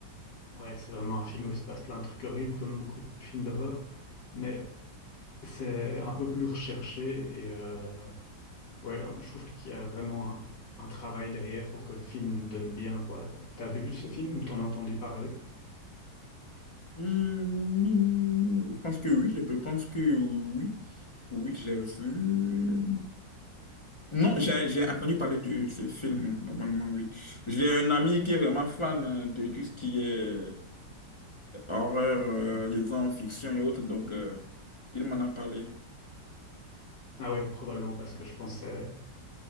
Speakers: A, on the left (about 70°); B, on the left (about 25°).
A: ouais, c'est vraiment un film où il se passe plein de trucs horribles, comme beaucoup de films d'horreur, mais c'est un peu plus recherché et euh, ouais, je trouve qu'il y a vraiment un, un travail derrière pour que le film donne bien, quoi. T'as vu ce film ou t'en as entendu parler?
B: Hmm, je pense que oui, je pense que oui, oui, j'ai vu. euh, Non, j'ai j'ai entendu parler de ce film, normalement, oui. J'ai un ami qui est vraiment fan euh, de tout ce qui est horreur, euh, disons, fiction et autres, donc euh, il m'en a parlé.
A: Ah oui, probablement parce que je pense que ça